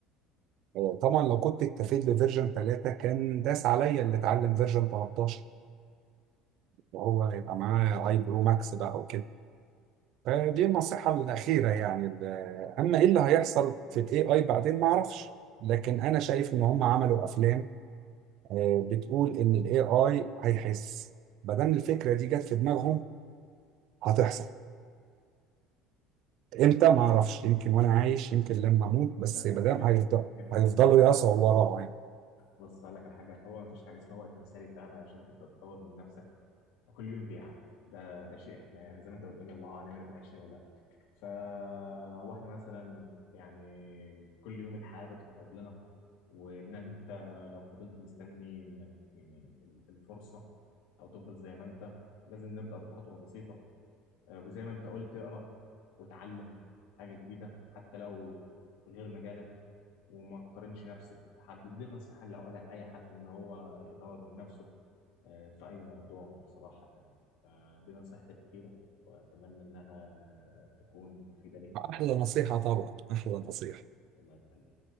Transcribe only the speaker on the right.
آه، طبعا لو كنت اكتفيت بفيرجن 3 كان داس عليا اللي اتعلم فيرجن 13 وهو يبقى معاه اي برو ماكس بقى وكده فدي النصيحة الأخيرة يعني ال- أما إيه اللي هيحصل في ال AI بعدين ما أعرفش لكن أنا شايف إن هم عملوا أفلام آه، بتقول إن ال AI هيحس مادام الفكرة دي جت في دماغهم هتحصل امتى ما اعرفش يمكن وانا عايش يمكن لما اموت بس
ما دام هيفضل
هيفضلوا
يقصوا وراها يعني
احلى
نصيحة طبعا احلى نصيحة